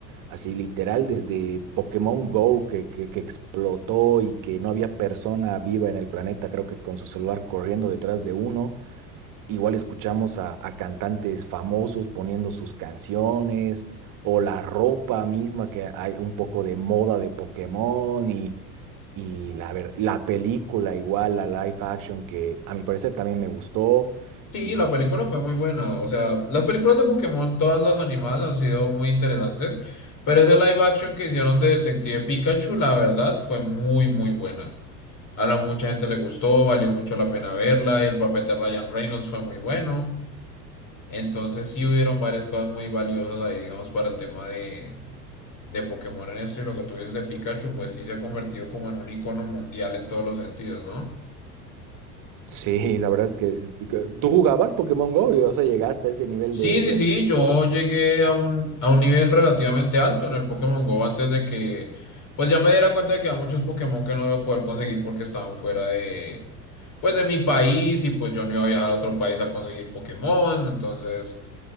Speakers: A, on the right; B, on the left.
A: Así literal, desde Pokémon Go que, que, que explotó y que no había persona viva en el planeta, creo que con su celular corriendo detrás de uno Igual escuchamos a, a cantantes famosos poniendo sus canciones o la ropa misma, que hay un poco de moda de Pokémon y, y la, ver- la película igual, la live action, que a mi parecer también me gustó.
B: Sí,
A: Y
B: la película fue muy buena. O sea, las películas de Pokémon, todas las animadas han sido muy interesantes, pero ese live action que hicieron de Detective Pikachu, la verdad, fue muy, muy buena. A la mucha gente le gustó, valió mucho la pena verla, y el papel de Ryan Reynolds fue muy bueno. Entonces sí hubieron varias cosas muy valiosas ahí, digamos, para el tema de, de Pokémon en esto y lo que tú dices de Pikachu, pues sí se ha convertido como en un icono mundial en todos los sentidos, ¿no?
A: sí, la verdad es que es- que- tú jugabas Pokémon Go y o sea, llegaste a ese nivel
B: Sí,
A: de,
B: sí,
A: de obsesión.
B: sí, yo llegué a un, a un nivel relativamente alto en el Pokémon Go antes de que, pues ya me diera cuenta de que había muchos Pokémon que no iba a poder conseguir porque estaban fuera de, pues de mi país y pues yo no iba a viajar a otro país a conseguir Pokémon, entonces,